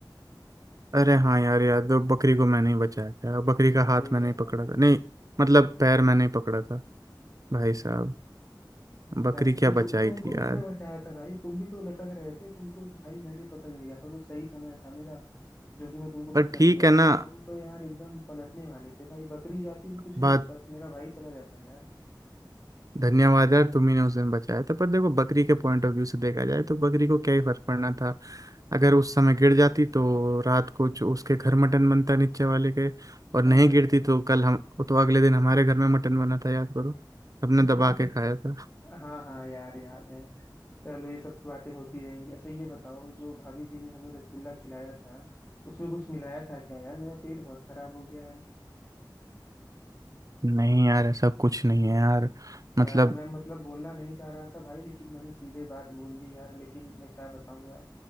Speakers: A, on the right; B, on the left.
A: अरे हाँ यार याद है, बकरी को मैंने ही बचाया था और बकरी का हाथ
B: अरे
A: मैंने
B: यार
A: ही पकड़ा था नहीं मतलब पैर मैंने ही पकड़ा था भाई साहब बकरी
B: अरे
A: क्या
B: तो तु,
A: बचाई
B: तुमको
A: थी
B: किसने
A: यार
B: बचाया था भाई तुम भी तो लटक रहे थे तुमको तो भाई मैंने पकड़ लिया था तो सही समय था मेरा जो कि मैं तुमको
A: पर
B: पकड़
A: ठीक
B: लिया
A: है
B: नहीं
A: ना
B: तो तुम तो यार एकदम पलटने वाले थे भाई बकरी जाती तो कुछ नहीं
A: बात
B: होता मेरा भाई चला जाता है यार
A: धन्यवाद यार तुम्ही ने उस दिन बचाया था पर देखो बकरी के पॉइंट ऑफ व्यू से देखा जाए तो बकरी को क्या ही फर्क पड़ना था अगर उस समय गिर जाती तो रात को जो उसके घर मटन बनता नीचे वाले के और नहीं
B: हाँ हाँ
A: गिरती तो कल हम तो अगले दिन हमारे घर में मटन बना था याद करो सबने
B: <laughs>
A: दबा के खाया था
B: हाँ हाँ यार याद है चलो ये सब तो बातें होती रहेंगी अच्छा ये बताओ जो भाभी जी ने हमें रसगुल्ला खिलाया था उसमें कुछ मिलाया था क्या यार मेरा पेट बहुत खराब हो गया है
A: नहीं यार ऐसा कुछ नहीं है यार
B: यार
A: मतलब
B: मैं मतलब बोलना नहीं चाह रहा था भाई लेकिन मैंने सीधे बात बोल दी यार लेकिन मैं क्या बताऊं यार